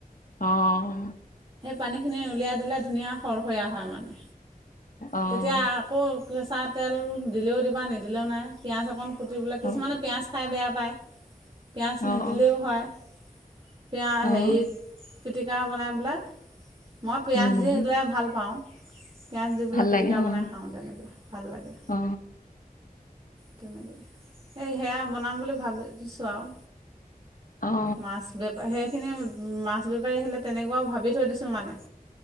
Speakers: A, on the left; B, on the right.
A: অহ
B: পানীখিনি উলিয়াই দিলে। ধুনীয়া সৰসৰীয়া হয় মানে
A: অহ
B: তেতিয়া আকৌ চাত তেল দিলেও দিবা নিদিলেও নাই পিঁয়াজ অকণ যি বিলাক কিছুমান
A: অহ
B: পিয়াজ খাই বেয়া বাই। পিয়াজ
A: অহ
B: নিদিলেও হয়। পিয়াজ
A: অহ
B: হেৰিত পিটি গা বনাই পেলাই মই পিয়াজ
A: উম
B: দি দিলে ভাল পাওঁ। পিঁয়াজ দি পেলাই
A: ভাল
B: পিটিকা
A: লাগে
B: বনাই
A: অহ
B: খাওঁ তেনেকৈ ভাল লাগে।
A: অহ
B: তেনেকে সেয়া বনাম বুলি ভাবিছোঁ আৰু।
A: অহ
B: মাছ বেপে হে মাছ বেপাৰী আহিলে তেনেকুৱাও ভাবি থৈ দিছোঁ মানে।